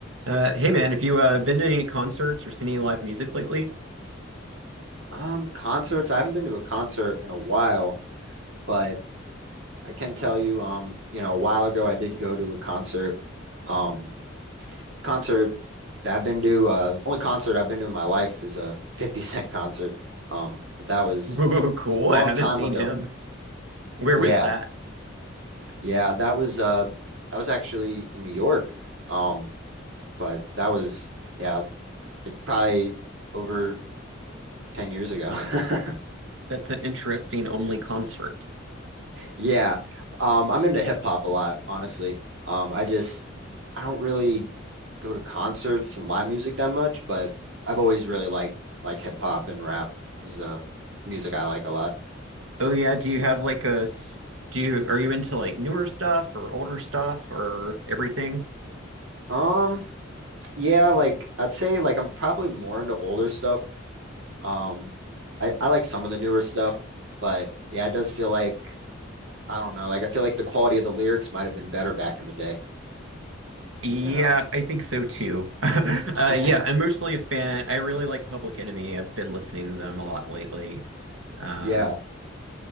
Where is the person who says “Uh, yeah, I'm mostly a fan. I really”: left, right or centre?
Right